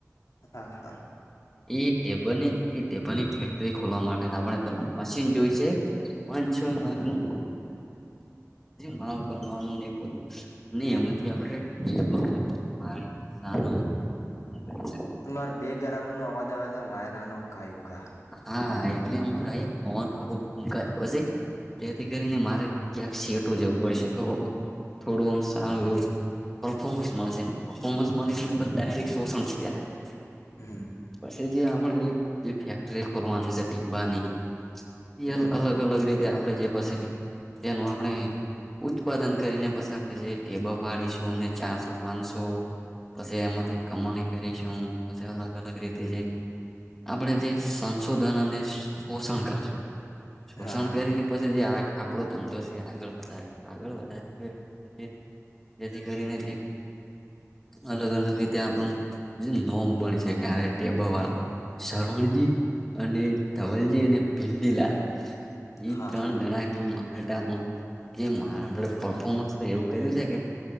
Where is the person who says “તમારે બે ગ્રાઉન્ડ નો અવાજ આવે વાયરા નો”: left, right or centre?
Left